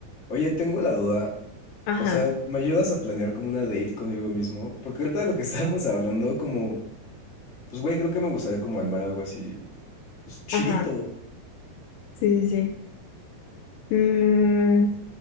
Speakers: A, on the left (about 30°); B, on the left (about 80°).
A: Oye, tengo la duda.
B: Ajá,
A: O sea, ¿me ayudas a planear como una date conmigo mismo? Porque ahorita de lo que <laughs> estábamos hablando, como, pues güey, creo que me gustaría como armar algo así, pues chidito.
B: ajá, sí, sí, sí. Mm,